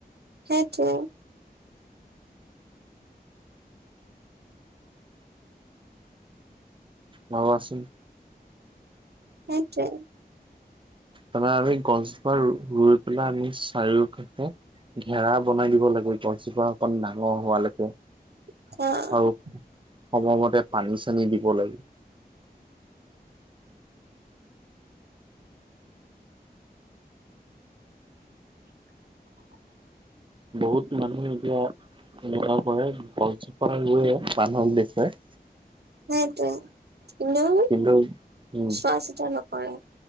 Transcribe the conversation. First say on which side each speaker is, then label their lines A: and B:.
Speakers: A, on the right; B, on the right.
A: সেইটো
B: ভাবাচোন।
A: সেইটোৱে।
B: তাৰে আমি গছজোপা ৰুই পেলাই আমি চাৰিওকাষে ঘেৰাা বনাই দিব লাগে গছজোপা অকণ ডাঙৰ হোৱালৈকে
A: অহ।
B: আৰু সময়মতে পানী চানী দিব লাগে।
A: <unintelligible>
B: বহুত মানুহ এতিয়া এনেকুৱা কৰে গছজোপা গে মানুহক দেখুৱাই
A: সেইটোৱে কোনেও
B: কিন্তু উম
A: চোৱা চিতা নকৰে।